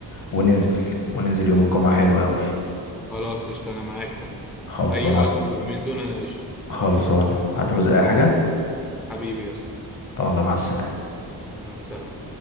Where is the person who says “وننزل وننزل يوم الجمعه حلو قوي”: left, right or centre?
Left